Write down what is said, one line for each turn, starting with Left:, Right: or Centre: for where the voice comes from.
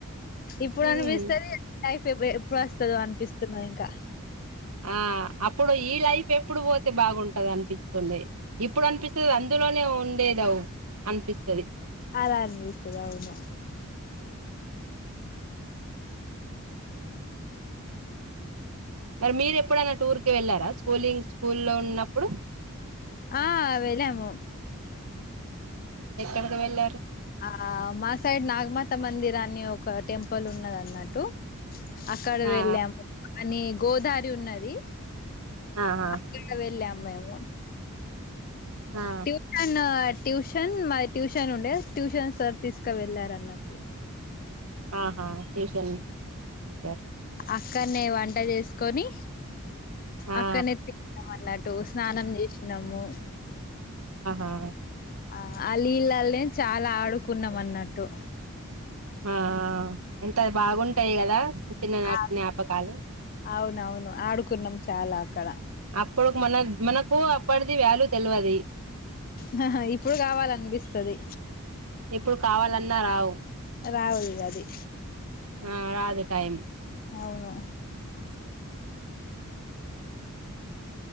Left: ఇప్పుడనిపిస్తది
Right: హ్మ్
Left: లైఫ్ ఎప్పుడస్తదో అనిపిస్తున్నది ఇంకా
Right: ఆ అప్పుడు ఈ లైఫ్ ఎప్పుడు పోతే బాగుంటది అనిపిస్తుండే ఇప్ ఇప్పుడు అనిపిస్తది అందులోనే ఉండేదవ్ అనిపిస్తది
Left: అలా అన్పిస్తదవును
Right: మరి మీరెప్పుడన్నా టూర్కిి వెళ్ళారా స్కూలింగ్ స్కూల్ లో ఉన్నప్పుడు
Left: ఆ వెళాము
Right: ఎక్కడకి వెళ్ళారు
Left: ఆ మా సైడ్ నాగమాత మందిరని ఒక టెంపుల్ ఉన్నదన్నట్టు అక్కడ
Right: ఆ
Left: వెళ్ళాము అని గోదారి ఉన్నది
Right: ఆహా
Left: అక్కడ వెళ్లాము మేము
Right: ఆ
Left: ట్యూషన్ ట్యూషన్ మాది ట్యూషన్ ఉండే ట్యూషన్ సార్ తీసుకవెళ్ళారన్నట్టు
Right: ఆహా ట్యూషన్ టీచర్
Left: అక్కన్నే వంట చేసుకొని
Right: ఆ
Left: అక్కన్నే తిన్నామన్నట్టు స్నానం చేసినము
Right: ఆ
Left: ఆ ఆ లీళ్లా ల్లె చాలా ఆడుకున్నాం అన్నట్టు
Right: ఆ ఎంత బాగుంటాయి కదా చిన్ననాటి
Left: ఆ
Right: జ్ఞాపకాలు
Left: అవునవును ఆడుకున్నమ్ చాలా అక్కడ
Right: అప్పుడు మన మనకు అప్పటిది వ్యాల్యూ తెలువది
Left: హాహా ఇప్పుడు కావాలనిపిస్తది
Right: ఇప్పుడు కావాలన్నా రావు
Left: రావుల్గది
Right: ఆ రాదు టైమ్
Left: అవును